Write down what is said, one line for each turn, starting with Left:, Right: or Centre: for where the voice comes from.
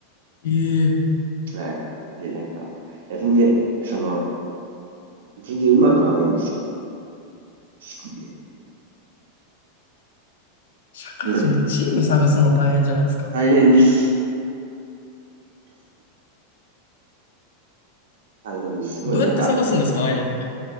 Left: ええ
Right: はい。で、なんか、いや、全然、その、全然うまくはないんですけど、好きで。
Left: 社会人でチーム探すの大変じゃないですか。
Right: うん大変です。大変です。すごい、
Left: どうやって探すんですか、
Right: なんか、
Left: ああいうのって。